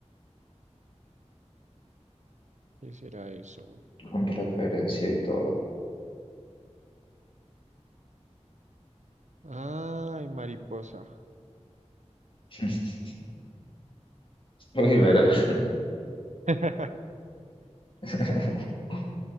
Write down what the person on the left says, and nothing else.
con referencia y todo.
<laughs> Uy, verdad.
<laughs>